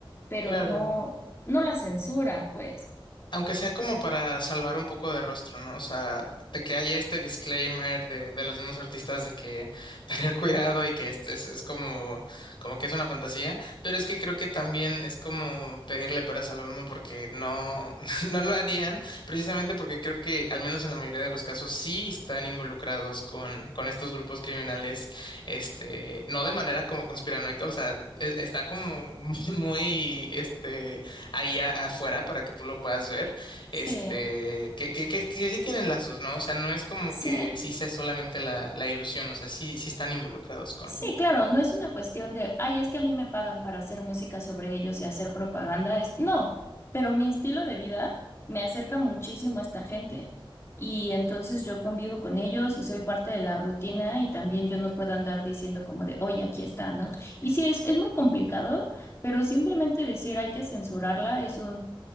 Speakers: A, on the left (about 30°); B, on the left (about 60°).
A: Pero
B: claro.
A: no, no la censura, pues.
B: Aunque sea como para salvar un poco de rostro, ¿no? O sea, de que haya este disclaimer de, de los mismos artistas de que <laughs> tener cuidado y que es, es, es como, como que es una fantasía, pero es que creo que también es como pedirle peras al olmo porque no, <laughs> no lo harían, precisamente porque creo que al menos en la mayoría de los casos sí están involucrados con, con estos grupos criminales, este, no de manera como conspiranoica, o sea, e- está como <laughs> muy, este ahí a- afuera para que tú lo puedas ver,
A: Sí.
B: este, que, que, que, que sí tienen lazos, ¿no? O sea, no es como
A: Sí,
B: que sí sea solamente la, la ilusión, o sea, sí, sí están involucrados con.
A: sí, claro, no es una cuestión de, ay, es que a mí me pagan para hacer música sobre ellos y hacer propaganda, es, no, pero mi estilo de vida me acerca muchísimo a esta gente y entonces yo convivo con ellos y soy parte de la rutina y también yo no puedo andar diciendo como de, oye, aquí está, ¿no? Y sí, es, es muy complicado, pero simplemente decir hay que censurarla es un,